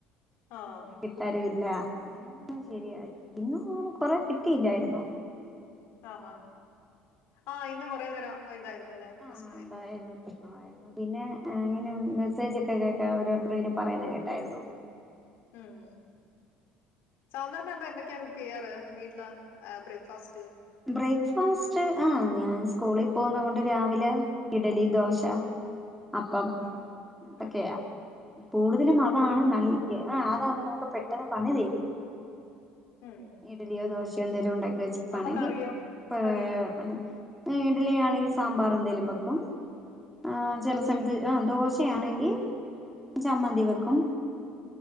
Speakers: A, on the left (about 70°); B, in the centre.
A: ആ ആ
B: ഇനി കിറ്റാരുവില്ല അങ്ങനെ ശെരി ആയി ഇന്ന് മുഴുവനും കൊറേ കിട്ടില്ലായിരുന്നു
A: ആ ഹ ആ ഇന്ന് കുറെ നേരം ഇതായിരുന്നുലെ
B: ആ
A: പ്രശ്നായിരുന്നു
B: അതായിരുന്നു പ്രശ്നമായിരുന്നു പിന്നെ ഇങ്ങനെ മെസ്സേജ് ഒക്കെ കേക്കാ ഓരോരുത്തര് ഇങ്ങനെ പറയുന്ന കേട്ടായിരുന്നു
A: ഉം സാധാരണ എന്ന എന്തൊക്കെ എന്തൊക്കെ കുക്കിയ്യാറ് വീട്ടില് ആ ബ്രേക്ക് ഫാസ്റ്റ്
B: ബ്രേക്ക് ഫാസ്റ്റ് ആ ഞാൻ ആ സ്കൂളിൽ പോകുന്നത് കൊണ്ട് രാവിലെ ഇഡലി ദോശ അപ്പം
A: ഉം ഉം
B: ഒക്കെയാ കൂടുതലും
A: ആഹാ
B: അതാണ് നല്ല ആ അതാവുമ്പോ നമുക്ക് പെട്ടെന്ന് പണി തീരും
A: ഉം
B: ഇഡലിയൊ ദോശയോ എന്തെലും ഉണ്ടാ ക്കി വെച്ചേക്കുവാണെകിൽ
A: അപ്പൊ കറിയോ
B: ഏ
A: കറി ഉണ്ടാക്കും
B: പിന്നെ ഇഡ്ഡലിയാണെങ്കിൽ സാമ്പാർ എന്തെങ്കിലും വെക്കും വെക്കും ആ
A: ആഹ്
B: ചില സമയത്ത് ആ ദോശ ആണെങ്കിൽ ചമ്മന്തി വെക്കും